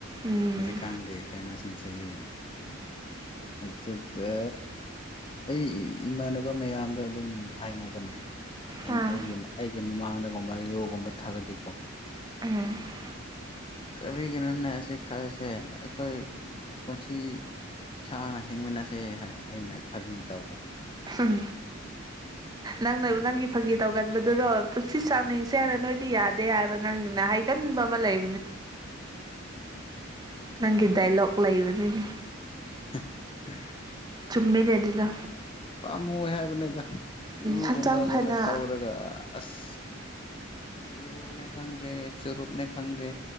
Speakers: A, on the right (about 20°); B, on the left (about 25°).
A: ꯎꯝ
B: ꯍꯧꯖꯤꯛꯀꯥꯟꯒꯤ ꯀꯩꯅꯣꯁꯤꯡꯁꯤꯡꯁꯦ ꯃꯠꯇꯗ ꯑꯩ ꯏꯃꯥꯟꯅꯕ ꯃꯌꯥꯝꯗ ꯑꯗꯨꯝ ꯍꯥꯏꯅꯕꯅꯦ ꯑꯩ
A: ꯑꯥ
B: ꯑꯩꯒꯤ ꯑꯩꯒꯤ ꯃꯃꯥꯡꯗꯒꯨꯝꯕ ꯌꯣꯒꯨꯝꯕ ꯊꯥꯒꯗꯤꯀꯣ
A: ꯎꯝ
B: ꯀꯔꯤꯒꯤꯅꯣꯅꯦ ꯑꯁꯤ ꯊꯥꯛꯁꯦ ꯑꯩꯈꯣꯏ ꯄꯨꯟꯁꯤ ꯏꯁꯥꯡꯅ ꯍꯤꯡꯃꯤꯟꯅꯁꯦ ꯍꯥꯏ ꯑꯩꯅ ꯐꯥꯒꯤ ꯇꯧꯕ
A: ꯎꯝ ꯅꯪꯅ ꯅꯪꯒꯤ ꯐꯥꯒꯤ ꯇꯧꯒꯟꯕꯗꯨꯔꯣ ꯄꯨꯟꯁꯤ ꯆꯥꯡꯅꯤꯡꯁꯦ ꯍꯥꯏꯔꯦ ꯅꯣꯏꯗꯤ ꯌꯥꯗꯦ ꯍꯥꯏꯕ ꯅꯪꯒꯤꯅ ꯍꯥꯏꯒ ꯃ ꯂꯩ ꯅꯪꯒꯤ ꯗꯥꯏꯂꯣꯛ ꯂꯩꯕꯅꯤꯅꯦ
B: <unintelligible>
A: ꯆꯨꯝꯃꯦ ꯂꯩꯗꯨꯗ
B: ꯄꯥꯝꯃꯨ ꯍꯥꯏꯕꯅꯤꯗ ꯏꯎꯒꯝꯕꯒꯩꯅ
A: ꯍꯛꯆꯥꯡ ꯐꯅ
B: ꯇ ꯑꯣꯔꯒ ꯑꯁ ꯌꯎ ꯅ ꯈꯪꯗꯦ ꯆꯔꯨꯞ ꯅ ꯈꯪꯗꯦ